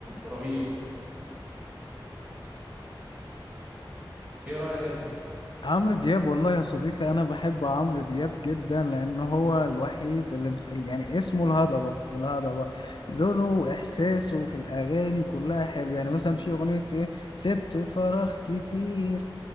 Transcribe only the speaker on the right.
رهيب ايه رايك انت